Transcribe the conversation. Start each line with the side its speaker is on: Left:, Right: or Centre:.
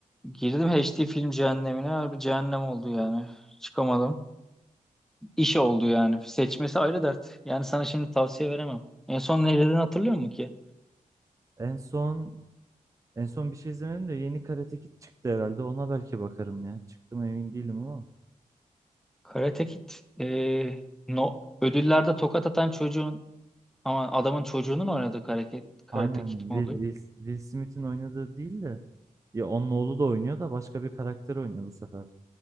Centre: girdim HD film cehennemine. Harbi cehennem oldu yani. Çıkamadım. İş oldu yani. Seçmesi ayrı dert. Yani sana şimdi tavsiye veremem. En son ne izlediğini hatırlıyor musun ki?
Right: En son en son bir şey izlemedim de yeni Karate Kid çıktı herhalde. Ona belki bakarım ya. Çıktı mı emin değilim ama.
Centre: Karate Kid e, no, ödüllerde tokat atan çocuğun ama adamın çocuğunun oynadığı Karate, Karate
Right: Aynen
Centre: Kid
Right: Will,
Centre: mi oluyor?
Right: Will, Will Smith'in oynadığı değil de ya onun oğlu da oynuyor da başka bir karakter oynuyor bu sefer.